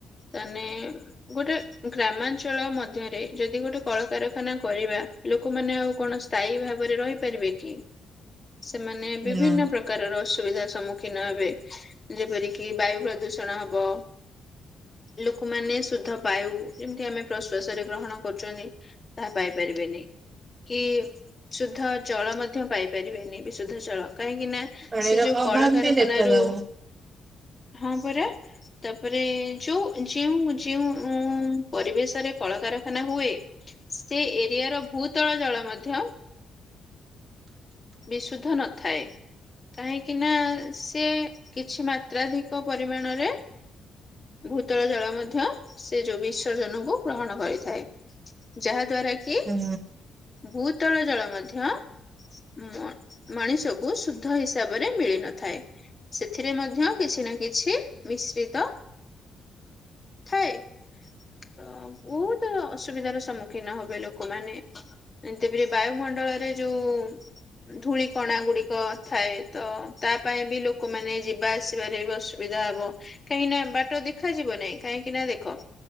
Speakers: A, on the left; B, on the right.
A: ତାନେ ଗୋଟେ ଗ୍ରାମାଞ୍ଚ ଅଞ୍ଚଳ ମଧ୍ୟରେ ଯଦି ଗୋଟେ କଳକାରଖାନା କରିବା। ଲୋକମାନେ ଆଉ କଣ ସ୍ଥାୟୀ ଭାବରେ ରହିପାରିବେ କି? ସେମାନେ ବିଭିନ୍ନ
B: ନା
A: ପ୍ରକାରର ଅସୁ ସମ୍ମୁଖୀନ ହେବେ ଯେପରିକି ବାୟୁ ପ୍ରଦୂଷଣ ହବ ଲୋକମାନେ ଶୁଦ୍ଧ ବାୟୁ ଯେମିତି ଆମେ ପ୍ରଶ୍ଵାସରେ ଗ୍ରହଣ କରୁଛନ୍ତି ତାହା ପାଇପାରିବେନି କି ସୁଦ୍ଧ ଜଳ ମଧ୍ୟ ପାଇପାରି ବେନି ବି ଶୁଦ୍ଧ ଜଳ କାହିଁକି ନା
B: ପାଣିର
A: ସେ ଯୋଉ
B: ଅଭାବ
A: କଳକାରଖାନାରୁ
B: ବି ଦେଖାଯାଉ
A: ହଁ ପରା ତାପରେ ଯୋଉ ଯେଉଁ ଯେଉଁ ପରିବେଶରେ କଳକାରଖାନା ହୁଏ ସେ ଏରିଆର ଭୂତଳ ଜଳ ମଧ୍ୟ ବିଶୁଦ୍ଧ ନଥାଏ କାହିଁକି ନା ସେ କିଛି ମାତ୍ରାଧିକ ପରିମାଣରେ ଭୂତଳ ଜଳ ମଧ୍ୟ ସେ ଯୋଉ ବିସର୍ଜନକୁ ଗ୍ରହଣ କରିଥାଏ ଯାହା ଦ୍ଵାରା କି
B: ହୁଁ
A: ବହୁତ ଭୂତଳ ଜଳ ମଧ୍ୟ ମଁ ମଣିଷକୁ ଶୁଦ୍ଧ ହିସାବରେ ମିଳି ନଥାଏ ସେଥିରେ ମଧ୍ୟ କିଛି ନା କିଛି ମିଶ୍ରିତ ଥାଏ। ତ ବହୁତ ଅସୁବିଧାର ସମ୍ମୁଖୀନ ହବେ ଲୋକମାନେ ଏବେ ବାୟୁମଣ୍ଡଳରେ ଯୋଉ ଧୂଳିିକଣା ଗୁଡିକ ଥାଏ ତ ତା ପାଇଁ ବି ଲୋକମାନେ ଯିବା ଆସିବାରେ ବି ଅସୁବିଧା ହବ କାହିଁକି ନା ବାଟ ଦେଖାଯିବ ନାହିଁ କାହିଁକି ନା ଦେଖ?